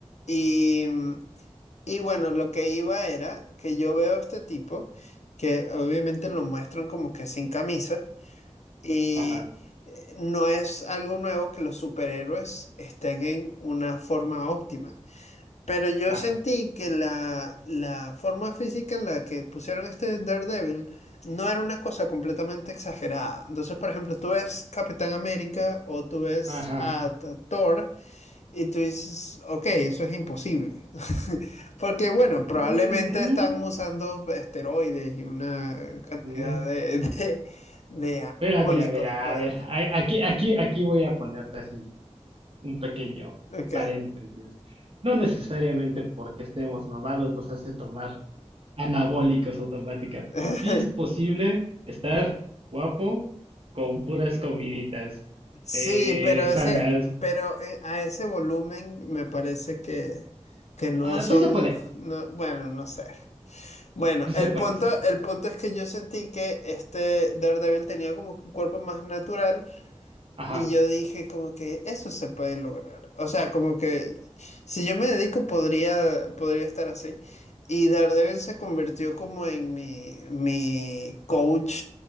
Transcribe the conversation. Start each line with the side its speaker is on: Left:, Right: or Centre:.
Left: Y, y bueno, lo que iba era que yo veo a este tipo, que obviamente lo muestran como que sin camisa, y
Right: Ajá,
Left: eh, no es algo nuevo que los superhéroes estén en una forma óptima. Pero yo
Right: ajá,
Left: sentí que la, la forma física en la que pusieron este Daredevil no era una cosa completamente exagerada. Entonces, por ejemplo, tú ves Capitán América o tú ves
Right: ajá.
Left: a, T- Thor y tú dices, ok, eso es imposible. <laughs> Porque, bueno,
Right: Mm,
Left: probablemente están usando esteroides y una cantidad
Right: ujú.
Left: de, <laughs> de, de anabólicos
Right: Mira, mira, mira,
Left: y cosas.
Right: a ver, ay, aquí, aquí, aquí voy a ponerte así este, un pequeño
Left: Ok.
Right: paréntesis. No necesariamente porque estemos mamados nos hace tomar anabólicos automáticamente.
Left: <laughs>
Right: Sí es posible estar guapo con puras comiditas
Left: Sí,
Right: eh,
Left: pero
Right: sanas.
Left: ese, pero eh, a ese volumen me parece que, que no
Right: Ah,
Left: son,
Right: sí se puede,
Left: no- bueno, no sé. Bueno,
Right: sí se
Left: el
Right: puede,
Left: punto,
Right: sí se puede.
Left: el punto es que yo sentí que este Daredevil tenía como que un cuerpo más natural
Right: Ajá,
Left: y yo dije como que eso se puede lograr. O sea, como que si yo me dedico podría, podría estar así. Y Daredevil se convirtió como en mi, mi coach